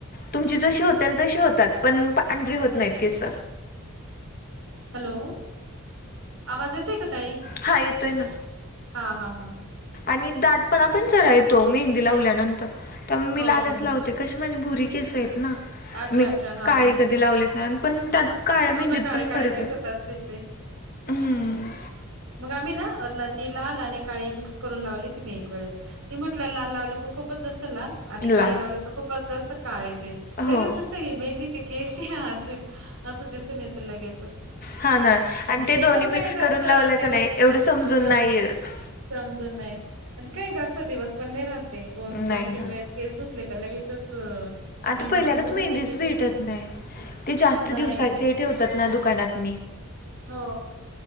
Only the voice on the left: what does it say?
तुमची जशी होते तशी होतात पण पांढरी होत नाहीत केस
हा येतोय ना
आणि दाटपणा पण चरा येतो मेहंदी लावल्यानंतर त्या मी
लालच
लावते कशी माझी भुरी की ना
मी
काळी
कधी लावलीच नाही पण त्यात काळ्या मेहंद्यात
पण फरक
आहे
हम्म
लाल
हो
हा ना आणि
दोन्ही
मिक्स
करून लावलं
का नाही एवढं समजून
नाही येत.
नाही ना
आता
पहिल्या
का
मेहंदीच
भेटत नाही ते जास्त
दिवसा ठेवतात ना दुकानात